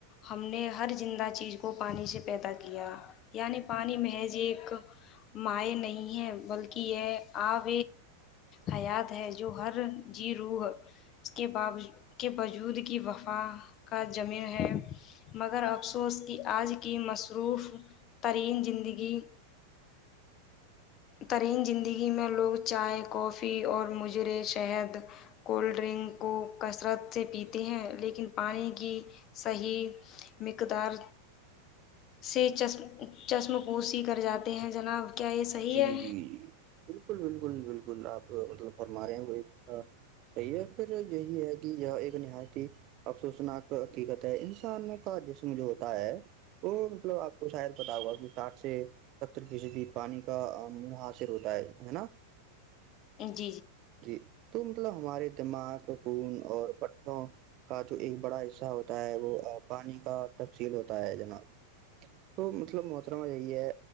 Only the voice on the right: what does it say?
جی
جی جی بالکل بالکل بالکل گ آپ مطلب فرما رہے ہیں وہ ایک صحیح ہے پھر یہی ہے کہ یہاں ایک کہ ن ہ پ افسوسنا کی کہتا ہے انسانوں کا جسمجھوتا ہے وہ مطلب آپ کو شاید پتا ہوگا کہ ساھ سے ر بجلی پانی منحصر ہوتا ہے ہے نا
جی تو مطلب ہمارے دماغ خون اور پٹھوں کا جو ایک بڑا حصہ ہوتا ہے وہ پانی کا تفصیل ہوتا ہے جناب تو مطلب محترمہ یہی ہے